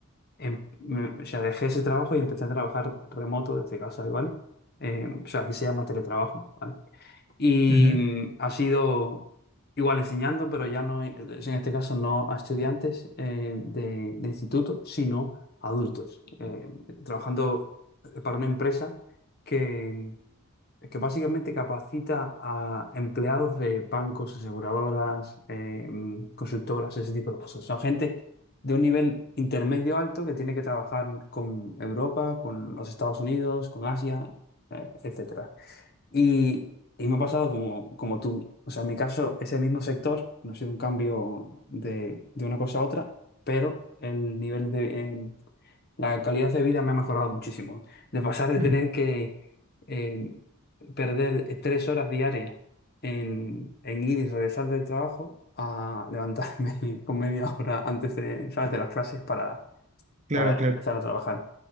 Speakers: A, on the left (about 45°); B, on the right (about 30°).
A: em- me- o sea, dejé ese trabajo y empecé a trabajar remoto desde casa, igual. Eh, o sea, aquí se llama teletrabajo, ¿vale? Y
B: ujú,
A: mm, ha sido igual enseñando, pero ya no, en es en este caso no a estudiantes eh, de, de instituto, sino a adultos, eh, trabajando eh, para una empresa que, que básicamente capacita a empleados de bancos, aseguradoras, eh, mm, consultoras, ese tipo de cosas. Son gente de un nivel intermedio alto que tiene que trabajar con Europa, con los Estados Unidos, con Asia, eh, etcétera. Y, y me ha pasado como, como tú. O sea, en mi caso, ese mismo sector, no ha sido un cambio de, de una cosa a otra, pero el nivel de... eh, la calidad de vida me ha mejorado muchísimo. De pasar de
B: ujú,
A: tener que eh, perder eh, tres horas diarias en, en ir y regresar del trabajo a levantarme <laughs> con media hora antes de, ¿sabes? de las clases para,
B: Claro,
A: para
B: claro.
A: empezar a trabajar.